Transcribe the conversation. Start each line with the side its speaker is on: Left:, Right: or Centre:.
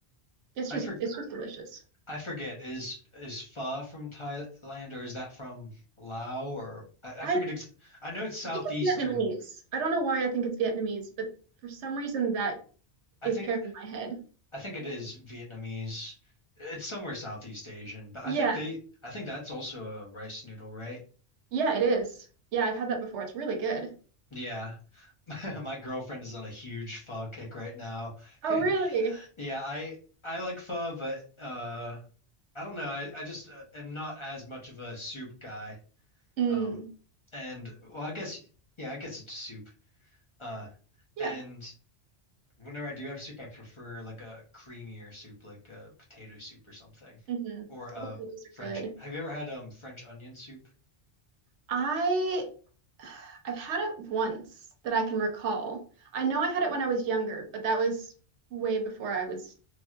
Right: it's
Left: I
Right: just
Left: for
Right: it's just delicious.
Left: I forget. Is is pho from Thailand or is that from Lao or I, I
Right: I
Left: forget ex I know it's southeastern.
Right: I think it's Vietnamese. I don't know why I think it's Vietnamese, but for some reason that
Left: I
Right: is
Left: think
Right: paired in my head.
Left: I think it is Vietnamese. It's somewhere Southeast Asian, but
Right: Yeah,
Left: I think they I think that's also a rice noodle, right?
Right: yeah, it is. Yeah, I've had that before. It's really good.
Left: Yeah. <laughs> My girlfriend is on a huge pho kick right now.
Right: Oh,
Left: <laughs>
Right: really?
Left: Yeah, I I like pho, but uh I don't know. I, I just uh, am not as much of a soup guy.
Right: Mm,
Left: Um, and well, I guess yeah, I guess it's soup. Uh,
Right: yeah.
Left: and whenever I do have soup, I prefer like a creamier soup, like a potato soup or something,
Right: hmm
Left: or a
Right: Oh, those are
Left: French.
Right: good.
Left: Have you ever had um French onion soup?
Right: I I've had it once that I can recall. I know I had it when I was younger, but that was way before I was